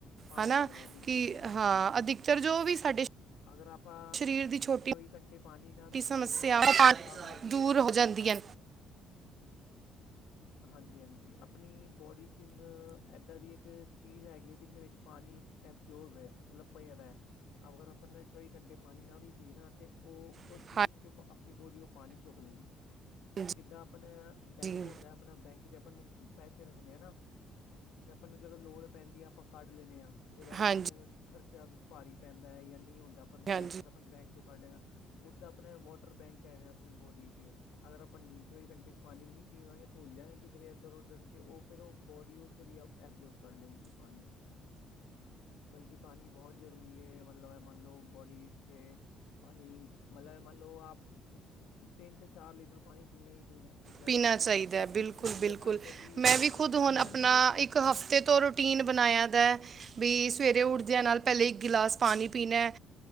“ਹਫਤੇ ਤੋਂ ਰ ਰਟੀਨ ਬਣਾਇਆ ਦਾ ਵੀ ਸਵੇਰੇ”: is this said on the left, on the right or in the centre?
Right